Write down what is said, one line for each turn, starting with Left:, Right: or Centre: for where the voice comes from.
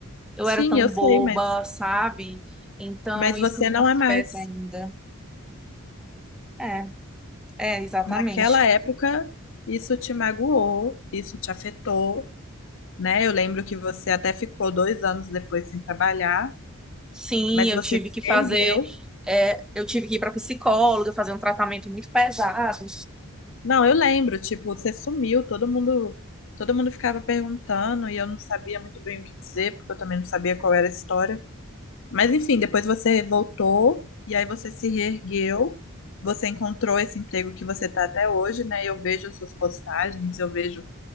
Centre: eu
Left: Sim,
Centre: era tão
Left: eu
Centre: boba,
Left: sei, mas,
Centre: sabe? Então
Left: mas
Centre: isso
Left: você
Centre: me
Left: não é mais.
Centre: afeta ainda. É, é, exatamente.
Left: Naquela época, isso te magoou, isso te afetou, né? Eu lembro que você até ficou dois anos depois sem trabalhar,
Centre: Sim,
Left: mas
Centre: eu
Left: você
Centre: tive
Left: se
Centre: que fazer,
Left: ergueu.
Centre: é, eu tive que ir para psicóloga, fazer um tratamento muito pesado.
Left: Não, eu lembro, tipo, você sumiu, todo mundo, todo mundo ficava perguntando e eu não sabia muito bem o que dizer, porque eu também não sabia qual era a história. Mas enfim, depois você voltou e aí você se reergueu, você encontrou esse emprego que você tá até hoje, né? Eu vejo suas postagens, eu vejo